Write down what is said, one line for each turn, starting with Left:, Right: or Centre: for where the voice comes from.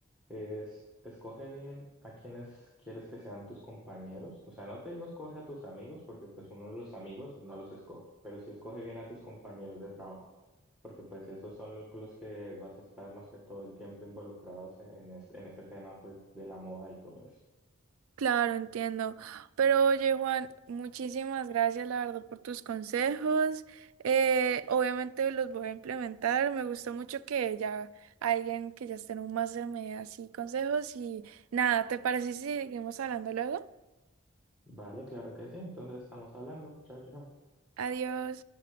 Centre: es escoge bien a quienes quieres que sean tus compañeros, o sea, no te digo escoge a tus amigos porque pues uno de los amigos no los escoge, pero sí escoge bien a tus compañeros de trabajo, porque pues esos son los que vas a estar más que todo el tiempo involucrados en este, en ese tema pues de la moda y todo eso.
Right: Claro, entiendo. Pero oye, Juan, muchísimas gracias, la verdad, por tus consejos. Eh, obviamente los voy a implementar. Me gustó mucho que ya alguien que ya esté en un máster me dé así consejos. Y nada, ¿te parece si seguimos hablando luego?
Centre: Vale, claro que sí, entonces estamos hablando. Chao, chao.
Right: Adiós.